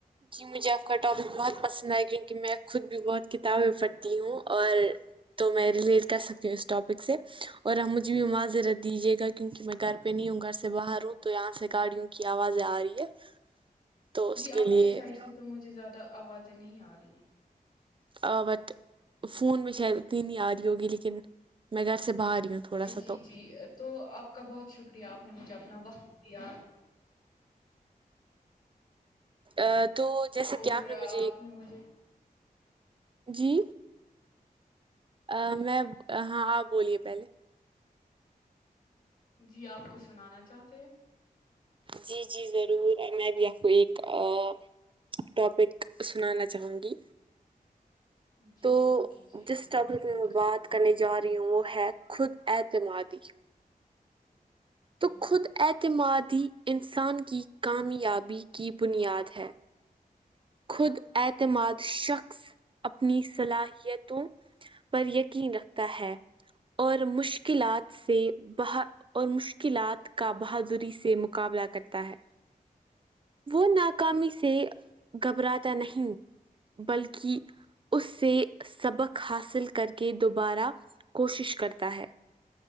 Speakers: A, on the right; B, on the left.
A: جی مجھے آپ کا ٹاپک بہت پسند آئے کیونکہ میں خود بھی بہت کتابیں پڑھتی ہوں اور تو میں ریلیٹ کر سکتی ہوں اس ٹاپک سے اور مجھے بھی معذرت دیجیے گا کیونکہ میں گھر پہ نہیں ہوں گھر سے باہر ہوں تو یہاں سے گاڑیوں کی آواز آ رہی ہے تو اس
B: جی آپ
A: لیے
B: کے سائڈ سے تو مجھے زیادہ آوازیں نہیں آ رہی
A: آواز فون میں شاید اتنی نہیں آ رہی ہوگی لیکن میں گھر سے باہر ہی ہوں تھوڑا سا
B: جی
A: تو
B: جی تو آپ کا بہت شکریہ آپ نے مجھے اپنا وقت دیا
A: ا تو جیسے
B: اور
A: کہ آپ نے مجھے
B: نے مجھے
A: جی آ میں ہاں آپ بولیے پہلے
B: جی آپ کچھ سنانا چاہتے ہیں
A: جی جی ضرور میں بھی آپ کو ایک آ ٹاپک سنانا چاہوں گی
B: جی
A: تو
B: شروع کیجیے
A: جس
B: میں
A: ٹاپک
B: سننے کے لیے
A: بات
B: تیار
A: کرنے
B: ہوں
A: جا رہی ہوں وہ ہے خود اعتمادی تو
B: جی
A: خود اعتمادی انسان کی کامیابی کی بنیاد ہے خود اعتماد شخص اپنی صلاحیتوں پر یقین رکھتا ہے اور مشکلات سے بہت اور مشکلات کا بہادری سے مقابلہ کرتا ہے وہ ناکامی سے گھبراتا نہیں بلکہ اس سے سبق حاصل کر کے دوبارہ کوشش کرتا ہے